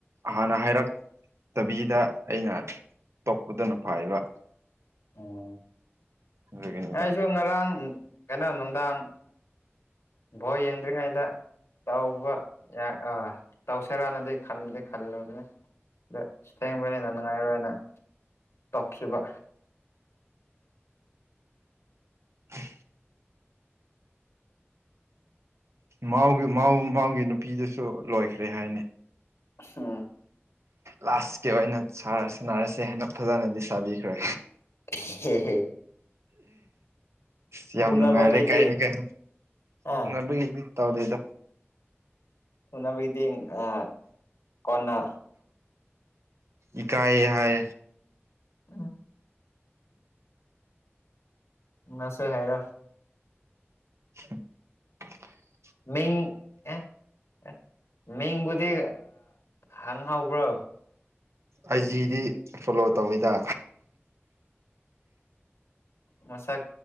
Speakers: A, on the right; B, on the left.
A: ꯍꯥꯟꯅ ꯍꯥꯏꯔꯛ ꯇꯕꯤꯗ ꯑꯩꯅ ꯇꯣꯛꯄꯗ ꯐꯥꯏꯕ
B: ꯎꯝ
A: ꯑꯗꯨꯒꯤꯅꯤꯗ
B: ꯑꯩꯁꯨ ꯉꯔꯥꯡ ꯀꯩꯅꯣ ꯅꯨꯡꯗꯥꯡ ꯕꯣ ꯌꯦꯡꯗ꯭ꯔꯤꯉꯩꯗ ꯇꯧꯕ ꯌꯥ ꯑꯥ ꯇꯧꯁꯔꯅꯗꯤ ꯈꯟꯕꯗꯤ ꯈꯜꯂꯨꯗꯅ ꯗ ꯊꯦꯡꯕꯅꯤꯅ ꯅꯨꯡꯉꯥꯏꯔꯣꯏꯅ ꯇꯧꯈꯤꯕ
A: ꯑ ꯃꯥꯒꯤ ꯃꯥ ꯃꯥꯒꯤ ꯅꯨꯄꯤꯗꯨꯁꯨ ꯂꯣꯏꯈ꯭ꯔꯦ ꯍꯥꯏꯅꯤ
B: ꯑ
A: ꯂꯥꯁꯀꯤ ꯑꯣꯏꯅ ꯁꯥꯟꯅꯔꯁꯦ ꯍꯥꯏꯦꯟꯅ ꯐꯖꯅꯗꯤ ꯆꯥꯕꯤꯈ꯭ꯔꯦ
B: ꯍꯝ ꯍꯝ
A: ꯑ ꯌꯥꯝ
B: ꯎꯅꯕꯒꯤꯗꯤ
A: ꯅꯨꯡꯉꯥꯏꯔꯦ ꯀꯥꯏꯅ ꯀꯥꯏ
B: ꯑꯥ
A: ꯅꯨꯡꯉꯥꯏꯕꯒꯤꯗꯤ ꯇꯧꯗꯦꯗ
B: ꯎꯅꯕꯒꯤꯗꯤ ꯑ ꯀꯣꯟꯅ
A: ꯏꯀꯥꯏ ꯍꯥꯏ
B: ꯎꯝ ꯉꯁ ꯍꯥꯏꯔ
A: <unintelligible>
B: ꯃꯤꯡ ꯑꯦ ꯑꯦ ꯃꯤꯡꯕꯨꯗꯤ ꯍꯪꯍꯧꯕ꯭ꯔꯣ
A: ꯑꯩꯖꯤꯗꯤ ꯐꯣꯂꯣ ꯇꯧꯋꯤꯗ
B: ꯃꯁꯛ